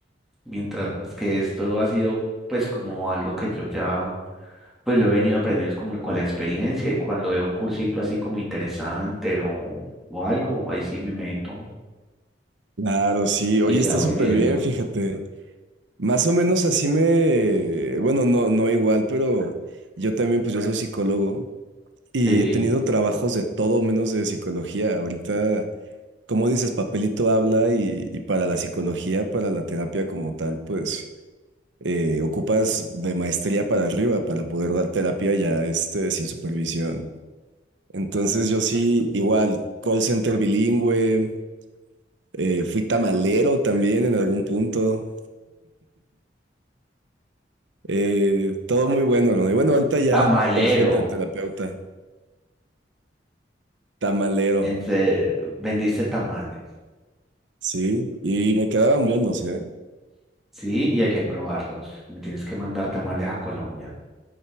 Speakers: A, in the centre; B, on the right.
A: Mientras que esto ha sido pues como algo que yo ya pues lo he venido aprendiendo es como con la experiencia y cuando veo un cursito así como interesante o, o algo, ahí sí me meto
B: Claro, sí,
A: y
B: oye,
A: ya
B: está
A: voy
B: súper
A: viendo.
B: bien, fíjate. Más o menos así me, bueno, no, no igual, pero yo también, pues yo soy psicólogo y
A: Sí.
B: he tenido trabajos de todo menos de psicología. Ahorita... Como dices, papelito habla y, y para la psicología, para la terapia como tal, pues eh, ocupas de maestría para arriba para poder dar terapia ya este, sin supervisión. Entonces yo sí, igual, call center bilingüe, eh, fui tamalero también en algún punto, eh, todo muy bueno, ¿no? Y bueno, ahorita ya,
A: Tamalero.
B: por fin de terapeuta, tamalero,
A: Entre, vendiste tamales.
B: ¿sí? Y me quedaban buenos, ¿eh?
A: Sí, y hay que probarlos. Me tienes que mandar tamales a Colombia.